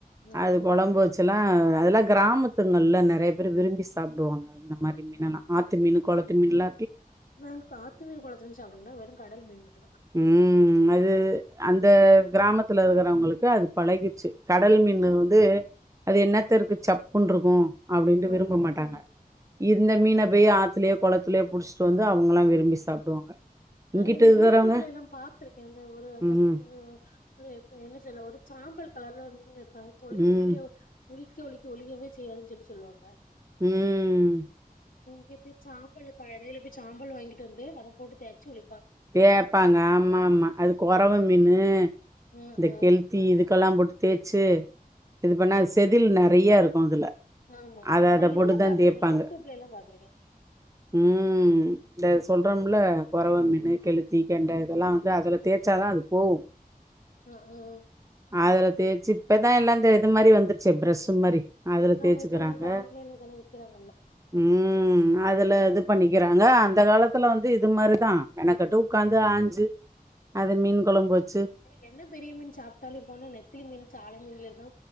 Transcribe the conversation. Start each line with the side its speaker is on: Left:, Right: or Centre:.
Left: ஆமா
Right: அது குலம்பு வெச் ஆ அதெல்லா கிராமத்துங்களல நறைய பேரு விரும்பி சாப்டுவாங்க அந்த மாரி மீல்லா ஆத்து மீன் குளத்து மீன்ல்ல
Left: வெங்க்கு ஆத்து மீன் குளத்துலன்னு சாப்படுங்கன்னா வெறு கடல் மீன் மட்டு்தா
Right: ம் அது அந்த கிராமத்துல இருக்குறவங்களுக்கு அது பலகிடுச்சு கடல்
Left: ம்
Right: மீன் வந்து அது என்னத்த இருக்கு சப்புன்னு இருகோ அப்டின்ட்டு
Left: ஆமா
Right: விரும்ப மாட்டாங்க
Left: ம்
Right: இந்த மீனை
Left: ம்
Right: போய் ஆத்தலயே குளத்திலோ புடிச்சிட்டு வந்து அவங்கல்லா விரும்பி சாப்டுவாங்க
Left: நறய
Right: இங்கிட்டு
Left: இந்த
Right: இருக்கிறவங்க
Left: யூ டியூப்ல எல்லா பாத்திருகே அந்த ஒரு அந்த
Right: ம்
Left: இல்ல எப்ப என்ன சொல்ல ஒரு சாம்பல் கலர்ல ஒரு மீன் இருக் அ தொளிது
Right: ம்
Left: ஒளியோ ஒலிக்க ஒலிக்க ஒலியவே செய்யாதுன்னு சொல்லி சொல்லுவாங்க
Right: ம்ம்
Left: ய் போய் சாம்பல் இடையில போய் சாம்பல் வாங்கிட்டு வந்து அத போட்டு டே சொல்
Right: கேபாங்க ஆமா ஆமா அது குறவு மீனு
Left: ம்
Right: இந்த
Left: ம்
Right: கெலத்தி இதுக்கெல்லா போட்டு தேச்சு இது பண்ணா செதில் நறைய இருகோ அதுல
Left: ஆமா
Right: அத
Left: ஆனா
Right: அத போட்டுதா
Left: இதுல பாத்துருக்கே
Right: தேய்ப்பாங்க
Left: யூ டியூப்ல எல்லா பாத்துருக்கே
Right: ம் இந்த சொல்றோம்ல குறவ மனு கெ கெலித்தி கெண்ட இதெல்லா வந்து அதுல தேச்சாதா அது போகு
Left: ஆ ஹ ம்
Right: அதுல தேச்சு இப்பதா எல்லா இது மாரி வந்துருச்சே பிர்ஷு மாரி அதுல தேச்சுகிறாங்க
Left: ஆமா இப்பல்லா அந்த ஆன்லைன்ல இதெல்லா விக்கிறாங்கல்ல
Right: உம் அதுல இது பண்ணிக்கிறாங்க அந்த காலத்துல வந்து இது மாரிதா எனக் ட்டு உக்காந்து ஆஞ்சு அத மீன் கொழம்பு வச்
Left: ஆனா என்ன பெரிய மீன் சாப்ட்டாலு இருப்போனு நெத்திலி மீன் சால மீன்ல இர் னு